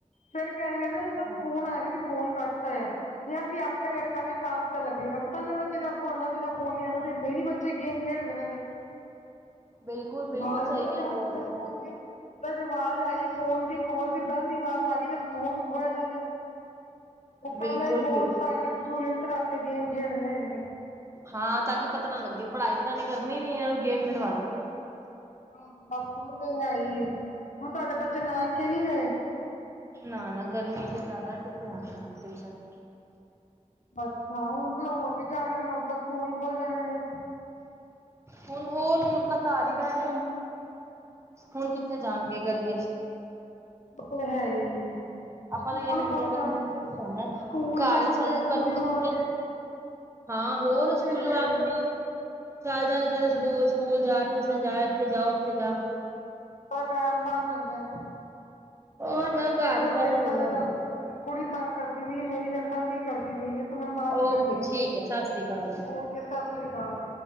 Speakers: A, on the left (about 65°); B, on the right (about 20°).
A: ਫੇਿਰ ਕਹਿਣਗੇ ਫੋਨ
B: ਹਾਂ
A: ਆਇਆ ਸੀ, ਫੋਨ ਕੱਟਤਾ ਆ ਆ। ਜੇ ਅਸੀਂ ਆਪੇ ਵੇਖਾਂਗੇ ਤਾਂ ਪਤਾ ਲੱਗੇਗਾ ਪਤਾ ਨੀ ਲਗਦਾ ਕਿਹਦਾ ਫੋਨ ਆਇਆ, ਕਿਹਦਾ ਫੋਨ ਨੀ ਆਉਦਾ। ਨਹ ਬੇ ਬੱਚੇ ਗੇਮ ਖੇਡਦੇ ਨੇ ਤੇ
B: ਬਿਲਕੁਲ ਬਿਲਕੁਲ
A: ਆਵਾਜ਼
B: ਸਹੀ
A: ਈ ਨੀ
B: ਕਹਿੰਦੇ
A: ਆਉਣ
B: ਪਏ
A: ਦਿੰਦੇ
B: ਤੁਸੀਂ
A: ਫੋਨ ਦੀ। ਜੇ ਆਵਾਜ਼ ਆਈ ਫੋਨ ਦੀ, ਕੋਲ ਦੀ, ਬੈਲ ਦੀ ਆਵਾਜ਼ ਆ ਗਈ ਤੇ ਫੋਨ ਖੋਇਆ ਜਾਣਾ। ਉਹ ਪਹਿਲਾਂ
B: ਬਿਲਕੁਲ
A: ਹੀ ਫੋਨ
B: ਬਿਲ
A: ਸਾਇਲੈਂਟ ਸੂਈਲੈਂਟ ਰੱਖ ਕੇ ਗੇਮ ਖੇਡਦੇ ਹੈਗੇ ਨੇ।
B: ਹਾਂ ਤਾਂ ਕਿ ਪਤਾ ਨਾ ਲੱਗੇ ਪੜ੍ਹਾਈ ਤੇ ਇਹਨਾਂ ਨੇ ਕਰਨੀ ਨੀ ਆ। ਇਹਨਾਂ ਨੂੰ ਗੇਮ ਖੇਡਵਾ ਦੋ।
A: ਬਸ ਬਸ ਉਹ ਤੇ ਹੈ ਹੀ। ਹੁਣ ਤੁਹਾਡੇ ਬੱਚੇ ਨਾਨਕੇ ਨਹੀ ਗਏ?
B: ਨਾ-ਨਾ ਗਰਮੀ ਇਨੀ ਜ਼ਿਆਦਾ ਕਿੱਥੇ ਜਾਣ ਬਚਾਰੇ?
A: ਅੱਛਾ ਹੁਣ ਤਾਂਲ ਹੋਰ ਵੀ ਜਾਣੇ ਹੋਣਾ। ਹੁਣ ਤਾਂ ਸਕੂਲ ਖੁੱਲ ਜਾਣੇ ਨੇ।
B: ਹੁਣ ਹੋਰ ਉਹਨੂੰ ਆਪਣਾ ਘਰ ਹੀ ਬੈਣ ਹੁਣ ਕਿੱਥੇ ਜਾਣਗੇ ਗਰਮੀਆਂ ਚ?
A: ਮ ਹੈ <unintelligible>
B: ਆਪਾਂ ਤਾਂ ਕਹਿਨੇ
A: ਖੁੱਲ
B: ਆ ਗਰਮੀ
A: ਜਾਣ
B: ਚ ਕਿੱਥੇ ਜਾਣਾ
A: ਸਕੂਲ
B: ਘਰ
A: ਜਾਂਦੇ
B: ਹੀ ਸਹੀ
A: ਨੇ
B: ਹੋ
A: ਸਕੂਲੋਂ
B: ਗਰਮੀ ਚ ਕਿੱਥੇ?
A: ਆ ਕੇ
B: ਹਾਂ ਹੋਰ
A: ਉਹ
B: ਸਕੂਲ
A: ਤੇ ਹੈ
B: ਵਗ ਤੋਂ ਹੀ ਉਹ। ਚਾਲ ਜਾਣ ਚ ਸਡ ਸਕੂਲ ਜਾ, ਟਿਊਸ਼ਨ ਜਾ ਇੱਥੇ ਜਾਓ ਉੱਥੇ ਜਾ <unintelligible>
A: ਥੋੜਾ ਟੈਮ ਪਾਸ ਹੁਂਦਾ
B: ਹੋਰ
A: ਚਲੋ ਠੀਕ
B: ਘਰ
A: ਹੈ ਮੈਂ
B: ਹੀ ਪੈਦਾ
A: ਵੇਖਾਂ
B: ਹੋਈ
A: ਜਰਾ।
B: ਆ ਹੁਣ,
A: ਕੁੜੀ ਤੰਗ ਕਰਦੀ ਪਈ ਹੈ। ਮੇਰੀ ਵੱਖਾ ਕੀ ਕਰਦੀ ਪਈ ਏ ਮੈਂ ਬਾਅਦ
B: ਓਕੇ
A: ਚ ਕਰਨੀ ਆ
B: ਠੀਕ
A: 'ਫੋਨ'
B: ਹੈ ਸਤਿ ਸ੍ਰੀ ਅਕਾਲ।
A: ਓਕੇ ਸਤਿ ਸ੍ਰੀ ਅਕਾਲ।